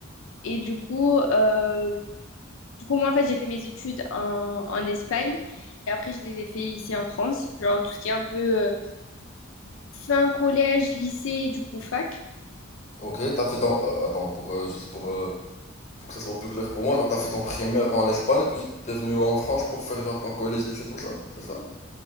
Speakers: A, on the left; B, on the left.
A: et du coup, euh, du coup, moi en fait, j'ai fait mes études en, en Espagne et après je les ai fait ici en France. Genre tout ce qui est un peu euh, fin collège, lycée, du coup fac.
B: Ok, t'as fait ton, euh, attends, pour, euh, juste pour, euh, pour que ça soit plus clair pour moi, genre, t'as fait ton primaire en Espagne, puis t'es venu en France pour faire, genre, ton collège, lycée, tout ça, c'est ça?